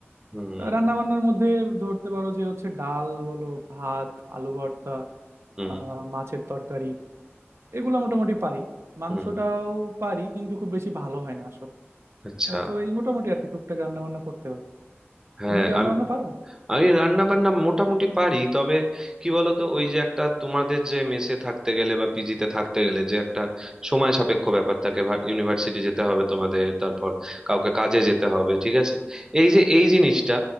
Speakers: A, on the right (about 15°); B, on the right (about 70°).
A: হুম
B: রান্না বান্নার মধ্যে ধরতে পারো যে হচ্ছে ডাল বলো ভাত আলু ভর্তা
A: হুম
B: আহ, মাছের তরকারি এগুলো মোটামুটি পারি মাংসটাও
A: হুম
B: পারি কিন্তু খুব বেশি ভালো হয় না আসলে
A: আচ্ছা
B: আহ, তো এই মোটামুটি আর কি টুকটাক রান্না বান্না করতে পারি
A: হ্যাঁ
B: তুমি কি রান্না
A: আমি
B: বান্না পারো
A: আমি রান্না বান্না মোটামুটি পারি তবে কি বলতো ওই যে একটা তোমাদের যে মেসে থাকতে গেলে বা পিজিতে থাকতে গেলে যে একটা সময় সাপেক্ষ ব্যাপার থাকে ইউনিভার্সিটি যেতে হবে তোমাদের তারপর কাউকে কাজে যেতে হবে ঠিক আছে এই যে এই জিনিসটা